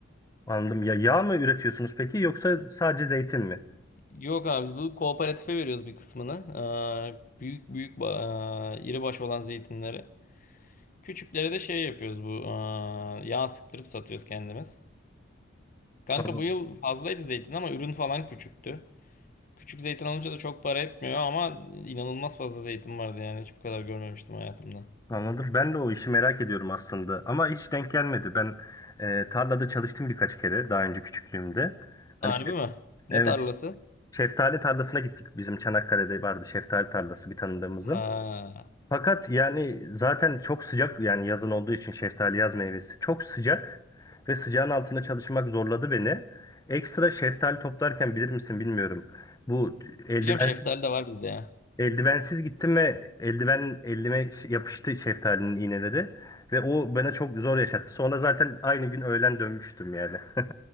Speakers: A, on the left (about 15°); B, on the left (about 40°).
A: Anladım. Ya yağ mı üretiyorsunuz peki yoksa sadece zeytin mi?
B: Yok abi bu kooperatife veriyoruz bir kısmını. Aa, büyük büyük ba- aa, iri baş olan zeytinleri. Küçükleri de şey yapıyoruz bu aa, yağ sıktırıp satıyoruz kendimiz. Kanka
A: Anladım.
B: bu yıl fazlaydı zeytin ama ürün falan küçüktü. Küçük zeytin alınca da çok para etmiyor ama inanılmaz fazla zeytin vardı yani. Hiç bu kadar görmemiştim hayatımda.
A: Anladım. Ben de o işi merak ediyorum aslında. Ama hiç denk gelmedi. Ben e, tarlada çalıştım birkaç kere daha önce küçüklüğümde. Hani
B: Harbi
A: şef,
B: mi? Ne
A: evet
B: tarlası?
A: şeftali tarlasına gittik. Bizim Çanakkale'de vardı şeftali tarlası bir tanıdığımızın.
B: Ha.
A: Fakat yani zaten çok sıcak yani yazın olduğu için şeftali yaz meyvesi çok sıcak ve sıcağın altında çalışmak zorladı beni. Ekstra şeftali toplarken bilir misin bilmiyorum. Bu eldivensiz
B: Biliyorum şeftali de var bizde ya.
A: Eldivensiz gittim ve eldiven elime ş- yapıştı şeftalinin iğneleri. Ve o bana çok zor yaşattı. Sonra zaten aynı gün öğlen dönmüştüm yani. <laughs>